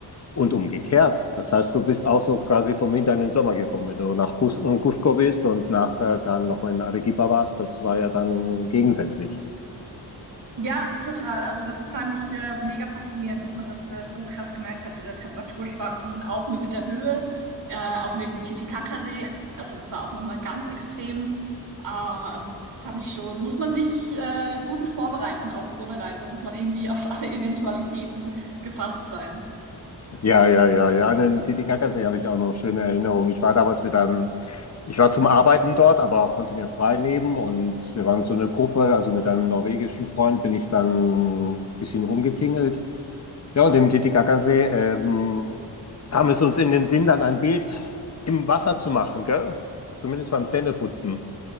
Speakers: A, on the left; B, on the right.
A: und umgekehrt.
B: Mhm.
A: Das heißt, du bist auch so quasi vom Winter in den Sommer gekommen. Wenn du nach Cus Cusco bist und nach äh, dann nochmal in Arequipa warst, das war ja dann gegensätzlich.
B: Ja, total. Also das fand ich äh, mega faszinierend, dass man das äh, so krass gemerkt hat, diese Temperaturschwankungen auch mit der Höhe äh, auf dem Titicacasee. Also das war auch noch mal ganz extrem. Ähm, also das fand ich schon, muss man sich äh, gut vorbereiten auf so eine Reise, muss man irgendwie auf alle Eventualitäten gefasst sein.
A: Ja, ja, ja, ja. An den Titicacasee habe ich auch noch schöne Erinnerungen. Ich war damals mit einem, ich war zum Arbeiten dort, aber konnte mir frei nehmen und wir waren so eine Gruppe, also mit einem norwegischen Freund bin ich dann ein bisschen rumgetingelt. Ja, und im Titicacasee ähm, kam es uns in den Sinn, dann ein Bild im Wasser zu machen, gell? Zumindest beim Zähneputzen.